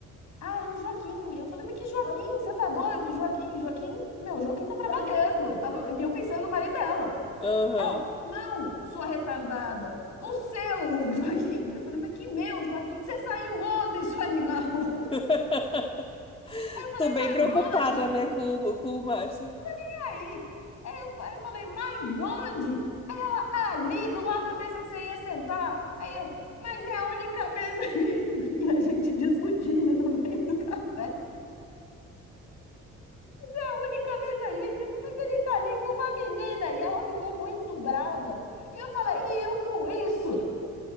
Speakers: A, on the left; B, on the left.
A: Ah, é o Joaquim. Eu falei, mas que Joaquim? Você tá doido? Joaquim, Joaquim, meu, Joaquim tá trabalhando. Tava, e eu pensando no marido dela.
B: Uhum.
A: Ela, não, sua retardada. O seu, <laughs> Joaquim. Eu falei, mas que meu, Joaquim, que você saiu ontem, seu animal. <laughs>
B: <laughs>
A: Aí eu falei,
B: Tô bem
A: mas
B: preocupada,
A: onde?
B: né, com, o- com o Márcio.
A: E Aí Aí eu fa- eu falei, mas onde? Ali, do lado da mesa que você ia sentar. Aí eu, mas é a única mesa livre. <laughs> E a gente discutindo no meio do café. a única mesa livre, mas ele tá ali com uma menina. E ela ficou muito brava. E eu falei, e eu com isso?